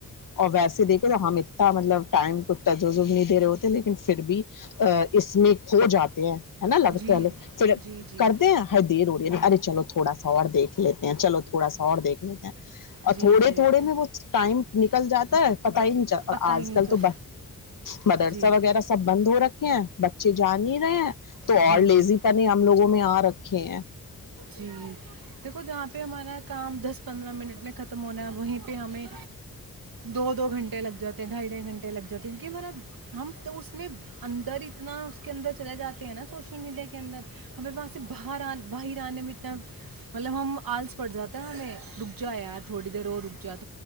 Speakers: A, on the left; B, on the right.
A: اور ویسے دیکھو تو ہم مطلب ٹائم کو تجزب نہیں دے رہے ہوتے لیکن پھر بھی اس میں کھو جاتے ہیں ہےا لگتا
B: جی
A: ہے واللو پا
B: جی جی
A: کرتے ہیں دیر اڑی ار چلو تھوڑا سا اور دھ لیتے ہیں چلو تھوڑا سا اور دیکھ لیتے ہیں اور
B: جی
A: تھوڑے
B: جی
A: تھوڑے میں وہ ٹائم نکل جاتا ہے پت ہی نہیں چلتا
B: پتہ
A: اور آج
B: ہی نہیں
A: کل
B: چل
A: تو مدرسہ
B: جی
A: وغیرہ سب بند ہو رکھتا بچے جان ہی رہے ہیں تو اور
B: جی
A: لیزی
B: جی
A: پنے ہم لوگوں میں آاں رکھ رھے ہیں
B: جی دیکھو جہاں پہ ہمارا کام دس پندرہ منٹ میں خم ختم ہونا وہیں پہ ہمیں دو دو گھنٹے لگ جاتے ڈھائی ڈھائی گنٹے لگ جاتے کہ میرا ہم تو اس نے اندر اتنا اندر چلے جاتے ہیں نا سوشل میڈیا کے اندر ہمیں وہاں سے باہر آنے باہر آنے میںتب مطلب ہم آلس پڑ جاتا ہے ہمیں ڈ <inaudible>